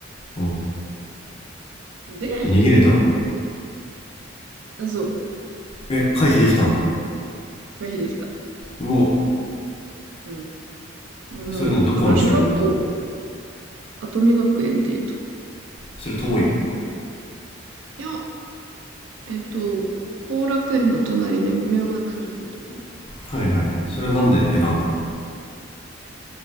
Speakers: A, on the left (about 30°); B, on the right (about 75°).
A: うん。
B: で、
A: じゃあ逃げれたの
B: そう、
A: え、回避できたんだ。
B: 回避できた。
A: うわ、
B: うん。うん。
A: それ何どこの中学行ったの
B: だから、小学校、跡見学園っていうとこ。
A: それ遠いの
B: いや、えっと、後楽園の隣の明ヶ谷っていうとこに。
A: はいはい。それはなんで選んだの